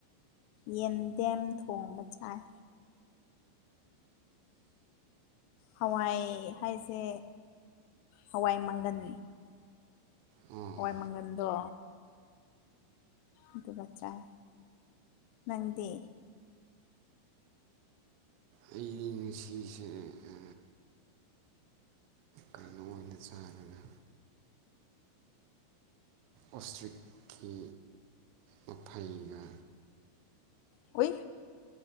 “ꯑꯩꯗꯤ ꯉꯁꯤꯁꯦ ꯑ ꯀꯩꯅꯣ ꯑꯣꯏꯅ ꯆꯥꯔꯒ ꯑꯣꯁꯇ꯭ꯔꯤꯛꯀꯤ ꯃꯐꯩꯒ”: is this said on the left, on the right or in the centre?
Right